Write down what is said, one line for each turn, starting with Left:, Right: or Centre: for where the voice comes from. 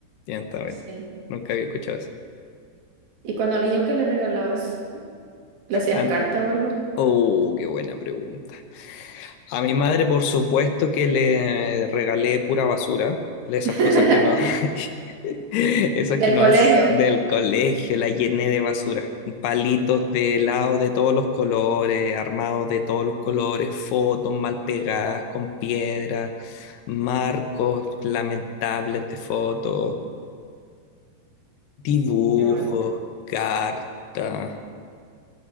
Left: Ya está bien.
Right: <laughs> Sí.
Left: Nunca había escuchado eso.
Right: ¿Y cuando niño qué le regalabas? ¿Le hacías
Left: Am-
Right: carta o algo?
Left: oh, qué buena pregunta. A mi madre, por supuesto que le regalé pura basura, de esas cosas
Right: <laughs>
Left: que no, <laughs> esas que
Right: Del
Left: no
Right: colegio.
Left: es del colegio, la llené de basura, palitos de helado de todos los colores, armados de todos los colores, fotos mal pegadas con piedra, marcos lamentables de fotos, dibujos,
Right: Qué bonito.
Left: cartas.